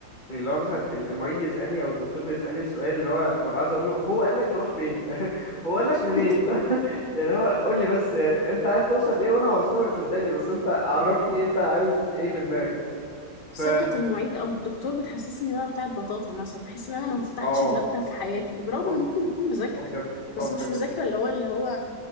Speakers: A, on the left (about 25°); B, on the left (about 90°).
A: اللي هو مثلا ال- المعيد بيسالني او الدكتور بيسالني السؤال اللي هو ببقى عايز اقول له هو قال لك تروح فين <laughs> يعني هو قال لك منين
B: <laughs>
A: <laughs> يعني هو قول لي بس يعني انت عايز توصل لايه وانا هوصلك صدقني بس انت عرفني انت عايز ايه في دماغك
B: ثقة
A: ف
B: المعيد أو الدكتور بتحسسني إن أنا بتاعت بطاطا مثلا بحس إن أنا ما فتحتش
A: اه
B: المادة في حياتي برغم
A: اه
B: إن ممكن يكون مذاكرة
A: اه بجد
B: بس
A: اه بجد
B: مش مذاكرة اللي هو اللي هو